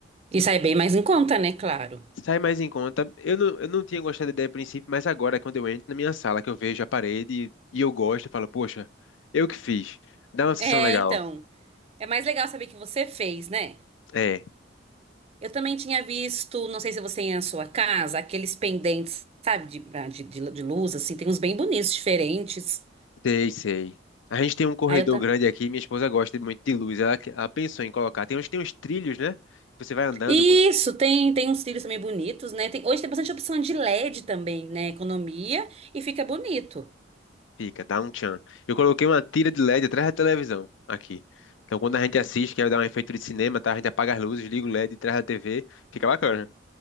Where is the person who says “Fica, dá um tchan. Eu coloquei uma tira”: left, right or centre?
Left